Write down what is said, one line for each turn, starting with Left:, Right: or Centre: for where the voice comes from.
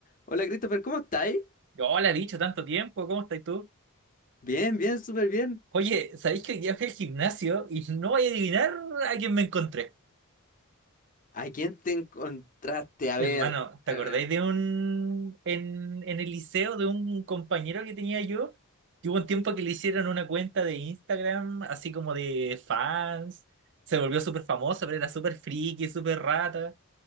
Left: Hola Christopher, ¿cómo estáis?
Right: Yo le he dicho tanto tiempo, ¿cómo estás tú?
Left: Bien, bien, súper bien.
Right: Oye, ¿sabéis que hoy día fui al gimnasio y no voy a adivinar a quién me encontré?
Left: ¿A quién te encontraste? A
Right: Hermano,
Left: ver,
Right: ¿te
Left: eh,
Right: acordáis de un... en, en el liceo de un compañero que tenía yo? Que hubo un tiempo que le hicieron una cuenta de Instagram, así como de fans. Se volvió súper famoso, pero era súper friki, súper rata.